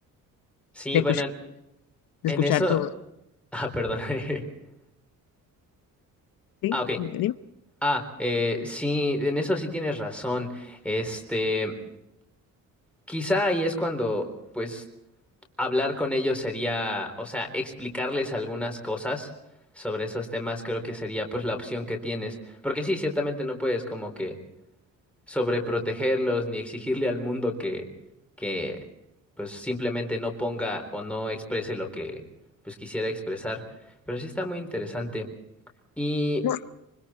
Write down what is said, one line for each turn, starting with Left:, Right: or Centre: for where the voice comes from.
Centre: Sí,
Left: de
Centre: bueno,
Left: escuchar,
Centre: en,
Left: de
Centre: en
Left: escuchar
Centre: eso.
Left: todo.
Centre: Ah, perdón. <laughs>
Left: ¿Sí?
Centre: Ah, ok.
Left: Dime.
Centre: Ah, eh, sí, en eso sí tienes razón. Este, quizá ahí es cuando, pues, hablar con ellos sería, o sea, explicarles algunas cosas sobre esos temas, creo que sería, pues, la opción que tienes. Porque sí, ciertamente no puedes como que sobreprotegerlos ni exigirle al mundo que, que, pues, simplemente no ponga o no exprese lo que, pues, quisiera expresar. Pero sí está muy interesante. Y,
Left: No,